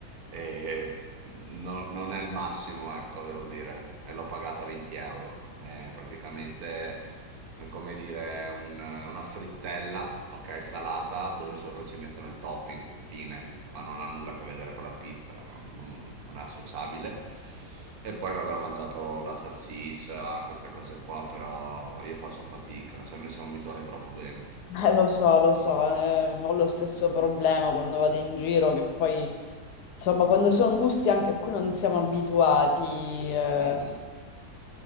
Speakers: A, on the right; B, on the left.
A: E no- non è il massimo, ecco, devo dire. E l'ho pagata 20 euro. È praticamente è come dire un- una frittella, ok, salata, dove sopra ci mettono il topping. Fine. Ma non ha nulla a che vedere con la pizza, non, non- non è associabile. E poi vabbè, ho mangiato la salsiccia, queste cose qua, però io faccio fatica, cioè noi siamo abituati troppo bene.
B: Eh, lo so, lo so, eh, ho lo stesso problema quando vado in giro, che poi, insomma, quando sono gusti anche a cui non siamo abituati, eh,
A: Mhm.